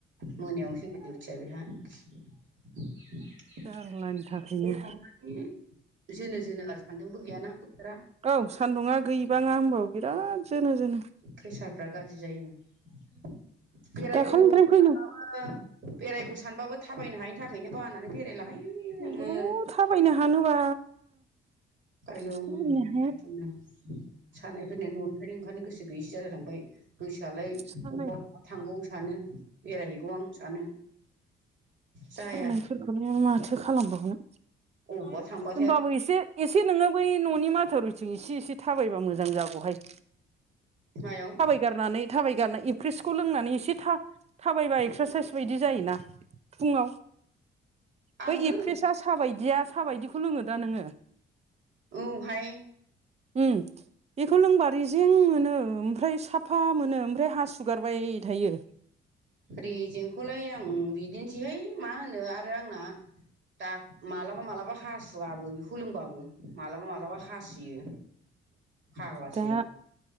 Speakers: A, on the right; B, on the right.
A: मोनायावसो दिउथिया बेहा <unintelligible>
B: जारलानि थाखायनो
A: जोनो जोनो आरो सान्दुंबो गैयाना बोथोरा
B: औ सान्दुङा गैबाङा होनोमबाव बिराद जोनो जोनो
A: खैसाफ्रा गाज्रि जायो बेरायगौ
B: दाखालिनिफ्रायनो
A: <unintelligible>
B: फैनो
A: बेरायगौ सानबाबो थाबायनो हायिनि थाखायनो बानानै बेरायलाहाय आङो।
B: अ' थाबायनो हानोबा
A: गायलुं
B: थाबायनो हाया
A: गायथुंनो सानायफोरनि न'निफ्रायनो ओंखारनो गोसो गैयैसो जालाय लांबाय। गोसोआलाय
B: सानाय
A: अबबा अबबा थांगौ सानो बेरायहैगौ आं सानो। जाया
B: सानायफोरखौनो माथो खालामबावनो।
A: अबबा थांबा
B: होमबाबो एसे एसे नोङो बै न'नि माथर रिथिं एसे एसे थाबायबा मोजां जागौहाय।
A: मायाव?
B: गारनानै थाबायगारना एवप्रेसखौ लोंनानै एसे था-थाबायबा एक्सारसाइस बायदि जायोना। फुङाव
A: आङो
B: बै एप्रेसा साबायदिया साबायदि खौ लोङोदा नोङो?
A: औहाय
B: उम बेखौ लोंबा रेज जें मोनो ओमफ्राय साफा मोनो ओमफ्राय हासुगारबाय थायो।
A: रिजेंखौलाय आं बिदिनोसैहाय मा होनो आरो आंना दा मालाबा-मालाबा हासुवाबो बेखौ लोंबाबो मालाब-मालाबा हा हासुयो फाग्लासो।
B: दा